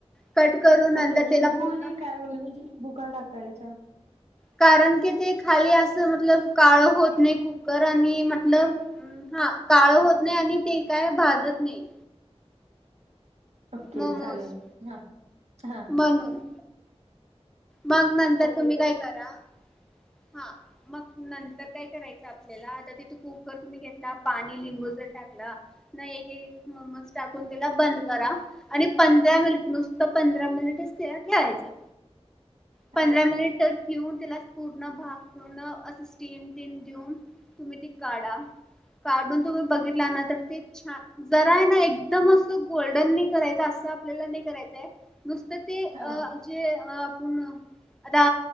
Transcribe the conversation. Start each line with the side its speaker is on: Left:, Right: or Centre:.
Centre: कट करून नंतर
Right: ओके लिंबू
Centre: त्याला पूर्ण
Right: नि काय होईल म्हणजे लिंबू का टाकायचा?
Centre: कारण की ते खाली असं मतलब काळं होत नाही कुकर आणि मतलब हा काळं होत नाही आणि ते काय भाजत नाही.
Right: ओके
Centre: मोमोज
Right: चालेल हा हा
Centre: म्हणून मग नंतर
Right: ओके
Centre: तुम्ही काय
Right: तर
Centre: करा हा मग नंतर काय करायचं आपल्याला आता तिथे कुकर तुम्ही घेतला पाणी लिंबू जर टाकला ना एक एक मोमोज टाकून त्याला बंद करा आणि पंधरा मिनिट नुसतं पंधरा मिनिटच त्याला ठेवायचं. पंधरा
Right: हा
Centre: मिनिट ठेऊन त्याल न <inaudible> असं स्टीम तिन देऊन तुम्ही ती काढा काढून तुम्ही बघितला ना तर ते छा जरा आहे ना एकदम असं गोल्डन नाही करायच असं आपल्याला नाही करायचंय नुस तर ते अ
Right: हा
Centre: जे अ न आता